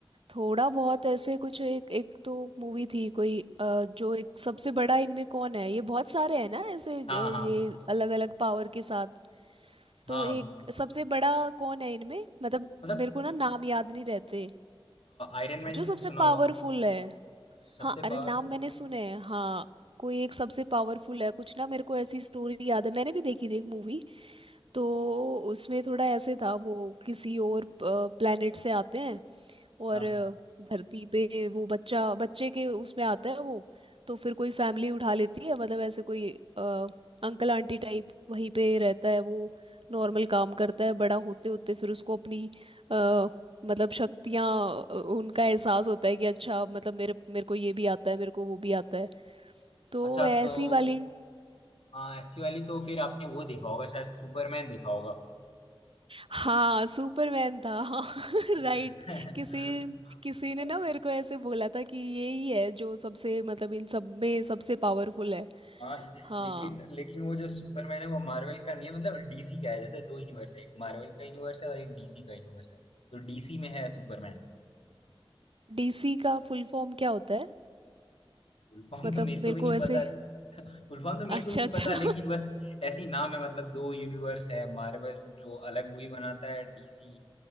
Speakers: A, on the right; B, on the left.
A: थोड़ा बहुत ऐसे कुछ एक एक तो मूवी थी कोई अ, जो एक सबसे बड़ा इनमें कौन है ये बहुत सारे हैं ना ऐसे अ,
B: हाँ
A: ये
B: हाँ
A: अलग अलग पावर के साथ
B: हाँ
A: तो एक सबसे बड़ा कौन है इनमें मतलब
B: मतलब
A: मेरे को ना नाम याद नहीं रहते
B: आयरन
A: जो
B: मैन
A: सबसे
B: सुना
A: पावरफुल
B: होगा
A: है
B: सबसे
A: हाँ अरे
B: पावरफुल
A: नाम मैंने सुने हैं हाँ कोई एक सबसे पावरफुल है कुछ ना मेरे को ऐसी स्टोरी याद है मैंने भी देखी थी एक मूवी तो उसमें थोड़ा ऐसे था वो किसी और प्लेनेट से आते हैं और
B: हाँ
A: धरती पे वो बच्चा बच्चे के उसमें आता है वो तो फिर कोई फैमिली उठा लेती है मतलब ऐसे कोई अ, अंकल आंटी टाइप वहीं पे रहता है वो नॉर्मल काम करता है बड़ा होते होते फिर उसको अपनी अ, मतलब शक्तियाँ अ, उनका एहसास होता है कि अच्छा मतलब मेरे मेरे को ये भी आता है मेरे को वो भी आता है तो
B: अच्छा
A: वह ऐसी
B: तो
A: वाली
B: हाँ ऐसी वाली तो फिर आपने वो देखा होगा शायद सुपरमैन देखा होगा
A: हाँ सुपरमैन था हाँ <laughs>
B: <laughs>
A: राइट किसी किसी ने ना मेरे को ऐसे बोला था कि यही है जो सबसे मतलब इन सब में सबसे पावरफुल है
B: आ,
A: हाँ
B: लेकिन लेकिन वो जो सुपरमैन है वो मार्वल का नहीं है मतलब डीसी का है जैसे दो यूनिवर्स है एक मार्वल का यूनिवर्स है और एक डीसी का यूनिवर्स है तो डीसी में है सुपरमैन
A: डीसी का फुल फॉर्म क्या होता है
B: फुल फॉर्म
A: मतलब
B: तो मेरे
A: मेरे
B: को भी नहीं
A: को ऐसे
B: पता फुल फॉर्म तो मेरे
A: अच्छा
B: को भी नहीं
A: अच्छा
B: पता लेकिन बस ऐसी नाम है मतलब दो यूनिवर्स है मार्वल जो अलग मूवी बनाता है डीसी